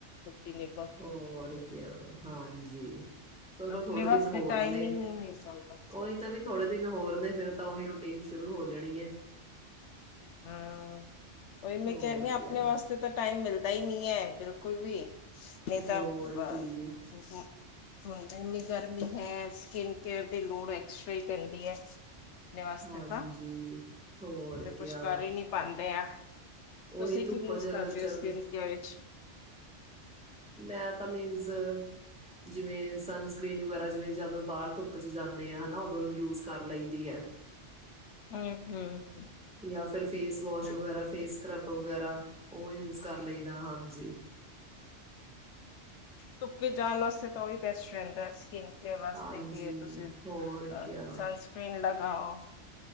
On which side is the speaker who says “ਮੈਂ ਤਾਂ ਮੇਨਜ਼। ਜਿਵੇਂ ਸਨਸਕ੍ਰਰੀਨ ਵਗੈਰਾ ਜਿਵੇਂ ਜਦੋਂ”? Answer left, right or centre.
Centre